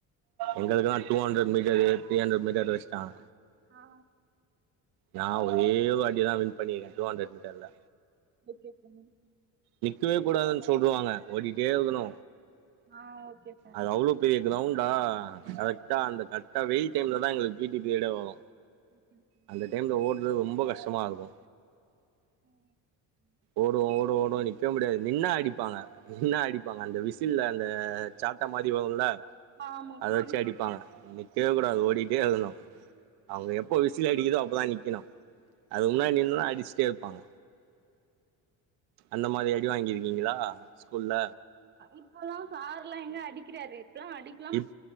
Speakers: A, on the right; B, on the right.
A: எங்களுக்கெல்லா two hundred metre three hundred metre வச்சிட்டாங்க
B: ஆ
A: நா ஒரே வாட்டிதா வின் பண்ணியிருக்க டூ ஹண்டரட் மீட்டர்ல
B: ஓகே ஃப்ரண்ட்
A: நிக்கவே கூடாதுன்னு சொல்ட்றுவாங்க ஓடிக்கிட்டே இருக்கணு
B: ஆ ஓகே ஃபேன்
A: அது அவ்ளோ பெரிய கிரௌண்டா கரெக்டா அந்த கர்ட்டா அந்த வெயில் டைம்ல தா எங்களுக்கு பி டி பிரியேட்டே வரு
B: ம் ஹும் ம்
A: அந்த டைம்ல ஓட்றது ரொம்ப கஷ்டமாகருக்கு
B: ம் ம்
A: ஓடுவோ ஓடுவோ ஓடுவோ நிக்க முடியாது நின்ன அடிப்பாங்க நின்னா அடிப்பாங்க அந்த விசில்ல அந்த சாட்ட மாரி வருல்ல
B: ஆமா
A: அத
B: ஃபேன்
A: வச்சு அடிப்பாங்க நிக்கவே கூடாது ஓடிட்டே இருக்கணு அவுங்க எப்போது விசில் அடிக்குதோ அப்போ தா நிக்கணு அதுக்கு முன்னாடி நின்னோனா அடிச்சுட்டேருப்பாங்க அந்த மாரி அடி வாங்கியிருக்கீங்களா ஸ்கூல்ல
B: இப்போல்லா சார்ல்லா எங்க அடிக்கிறாரு இப்புல்லா அடிக்
A: இப்